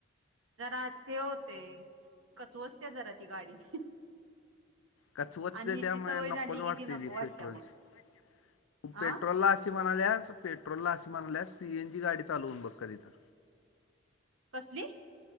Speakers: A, on the right (about 85°); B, on the left (about 85°).
A: जरा ते, ते कचवस्त जराची गाडी,
B: कछ वचते,
A: आणि ह्याची
B: त्यामुळे
A: सवय
B: नकोच
A: झाली
B: वाटते
A: की नको
B: ती
A: वाटत्या
B: पेट्रोल
A: मग
B: ची,
A: हा
B: पेट्रोलला म्हणाल्यास पेट्रोलला अशी, म्हणाल्यास सीएन जी गाडी चालूून बघ कधी तर,
A: कुठली,